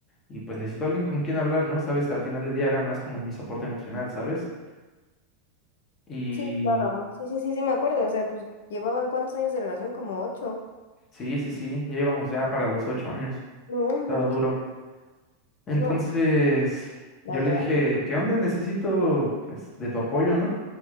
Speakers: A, on the left; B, on the left.
A: Y pues necesito alguien con quien hablar, ¿no? Sabes, al final del día era más como mi soporte emocional, ¿sabes? Y
B: Sí, claro. Sí, sí, sí, sí, me acuerdo. O sea, pues llevaban cuántos años de relación, como ocho.
A: sí, sí, sí, ya íbamos ya para los ocho años.
B: No manches.
A: Estaba duro. Entonces,
B: No, dale,
A: yo le
B: dale.
A: dije, ¿qué onda? Necesito, pues, de tu apoyo, ¿no?